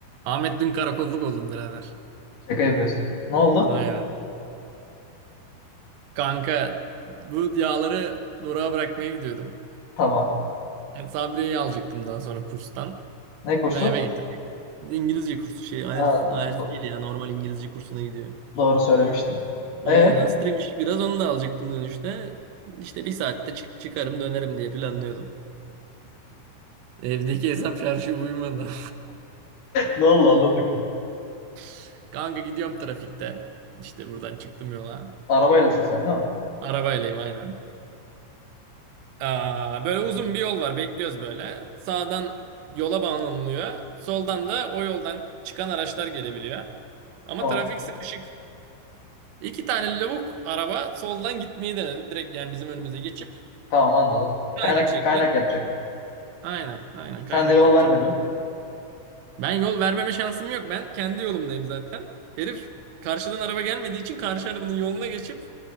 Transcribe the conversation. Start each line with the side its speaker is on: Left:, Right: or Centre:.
Right: Ahmet dün karakolluk oldum birader.
Left: Şaka yapıyorsun. Ne oldu?
Right: Aynen. Kanka bu yağları durağa bırakmaya gidiyordum.
Left: Tamam.
Right: Sabriye'yi alacaktım daha sonra kurstan.
Left: Ne kursu?
Right: Ben eve getirecektim. İngilizce kursu şey IELTS,
Left: Ha,
Right: IELTS
Left: do-
Right: değil ya normal İngilizce kursuna gidiyor.
Left: doğru söylemiştin.
Right: Aynen
Left: E
Right: hastaymış
Left: <laughs>
Right: biraz onu da alacaktım dönüşte. İşte bir saatte çık çıkarım dönerim diye planlıyordum. Evdeki hesap şarjı uyumadı.
Left: Ne oldu anlat bakayım.
Right: <laughs> Kanka gidiyorum trafikte. İşte buradan çıktım yola.
Left: Arabaylasın sen değil mi?
Right: Arabaylıyım aynen. Aa, böyle uzun bir yol var. Bekliyoruz böyle. Sağdan yola bağlanılıyor. Soldan da o yoldan çıkan araçlar gelebiliyor. Ama
Left: Tamam.
Right: trafik sıkışık. İki tane lavuk araba soldan gitmeyi denedi. Direkt yani bizim önümüze geçip
Left: Tamam anladım.
Right: kaynak
Left: Kaynak
Right: şekli.
Left: kaynak yapacaklar.
Right: Aynen, aynen kaynak
Left: Sen de yol
Right: yapacak.
Left: vermedin.
Right: yani. Ben yol vermeme şansım yok. Ben kendi yolumdayım zaten. Herif karşıdan araba gelmediği için karşı arabanın yoluna geçip